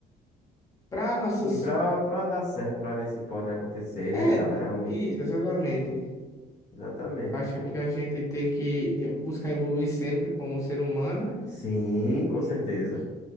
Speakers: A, on the left; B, on the left.
A: para nossas.
B: E pra, pra dar certo, pra ver se pode acontecer, né,
A: É,
B: cara? Realmente,
A: isso, exatamente.
B: exatamente,
A: Eu
B: tipo...
A: acho que a gente tem que buscar evoluir sempre como ser humano
B: Sim,
A: e
B: com certeza.
A: bus-